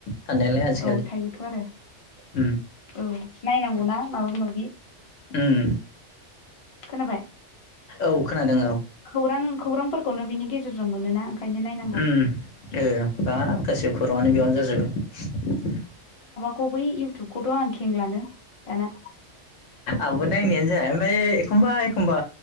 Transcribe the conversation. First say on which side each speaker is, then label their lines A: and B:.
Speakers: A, on the left (about 85°); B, on the left (about 35°).
A: थानायालाय आजिखालि
B: औ थायोथ' आरो
A: उम
B: औ नायनांगौना माबा- माबि
A: उम
B: खोनाबाय
A: औ खोनादों औ
B: खौरां खौरांफोरखौनो बिनि गेजेरजों मोनो ना ओंखायनो नायनांगौ।
A: उम ओ बा
B: उम
A: गाैसैबो खौरांआनो बेयावनो जाजोबो
B: गुबै इउटुबखौथ' आं खेंलानो दाना
A: आंबो नायनायानो जाया ओमफाय एखमबा -एखमबा